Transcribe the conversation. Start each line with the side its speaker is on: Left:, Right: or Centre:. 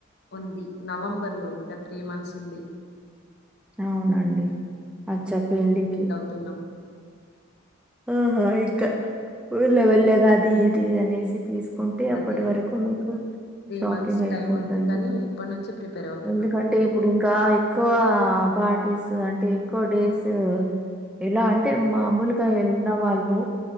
Left: ఉంది నవంబర్ లో ఇంకా త్రీ మంత్స్ ఉంది
Centre: అవునండి వచ్చే పెళ్లికి
Left: తినం
Centre: ఒహో ఎక్క వెళ్ళ వెళ్ళగా అది ఇది అనేసి తీసుకు ఉంటే అప్పటి
Left: అదే
Centre: వరకు మీకు
Left: త్రీ
Centre: షాపింగ్
Left: మంత్స్
Centre: అయిపోద్ద
Left: టైం ఉంది
Centre: న్నట్టు
Left: కానీ ఇప్పటి నుంచి ప్రిపేర్ అవుతున్నాం
Centre: ఎందుక అంటే ఇప్పుడు ఇంకా ఎక్కువ పార్టీస్ అంటే ఎక్కువ డేస్ ఎలా అంటే మామూలుగా వెళ్ళిన వాళ్ళు